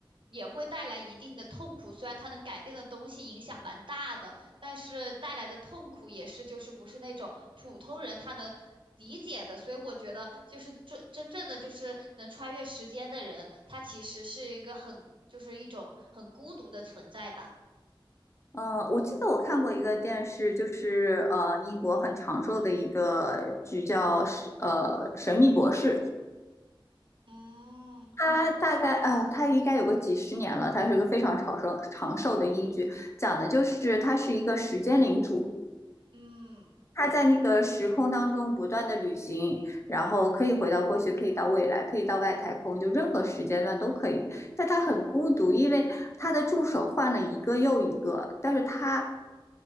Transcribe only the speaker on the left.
呃，我记得我看过一个电视，就是呃英国很长寿的一个剧叫呃《神秘博士》，
它大概呃它应该有个几十年了，它是一个非常长寿长寿的英剧，讲的就是他是一个时间领主，
他在那个时空当中不断的旅行，然后可以回到过去，可以到未来，可以到外太空，就任何时间段都可以。但他很孤独，因为他的助手换了一个又一个，但是他